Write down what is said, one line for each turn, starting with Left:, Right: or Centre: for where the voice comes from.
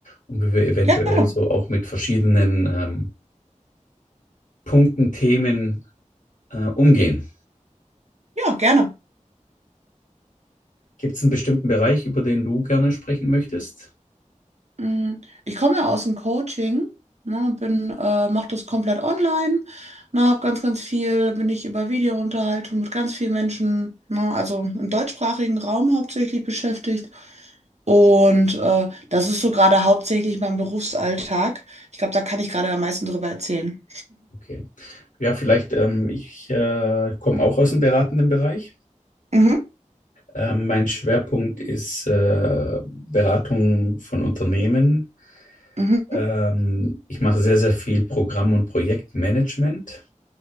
Left: und wie wir eventuell
Right: Gerne,
Left: so auch mit verschiedenen ähm, Punkten, Themen äh, umgehen?
Right: ja, gerne.
Left: Gibt es einen bestimmten Bereich, über den du gerne sprechen möchtest?
Right: Mm, Ich komme ja aus dem Coaching, ne, und bin, äh, mache das komplett online, ne, habe ganz, ganz viel, bin ich über Videounterhaltung mit ganz vielen Menschen, ne, also im deutschsprachigen Raum hauptsächlich beschäftigt. Und äh, das ist so gerade hauptsächlich mein Berufsalltag. Ich glaube, da kann ich gerade am meisten drüber erzählen.
Left: Okay. Ja, vielleicht, ähm, ich äh, komme auch aus dem beratenden Bereich.
Right: Mhm,
Left: Ähm, mein Schwerpunkt ist äh, Beratung von Unternehmen.
Right: mhm,
Left: Ähm, ich mache sehr, sehr viel Programm- und Projektmanagement